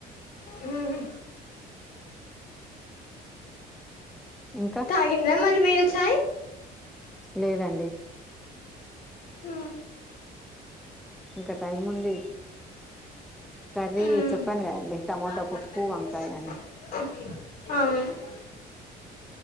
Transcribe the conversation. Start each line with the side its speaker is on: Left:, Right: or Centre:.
Left: ఉహు
Centre: ఇంకా
Left: తాగిండ్రా మరి మీరు ఛాయ్
Centre: లేదండి
Left: హ
Centre: ఇంకా టైం ఉంది కర్రీ
Left: ఉమ్
Centre: చెప్పాను కదండి
Left: అవును
Centre: టమాటా పప్పు వంకాయ అని